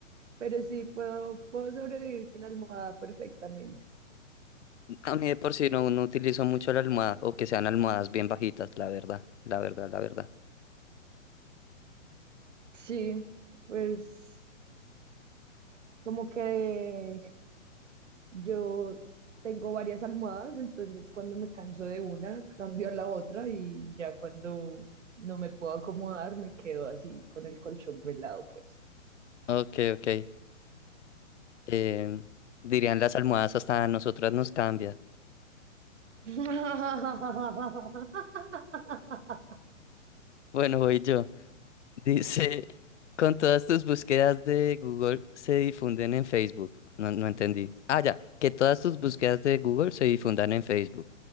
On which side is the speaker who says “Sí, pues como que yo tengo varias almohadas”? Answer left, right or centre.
Right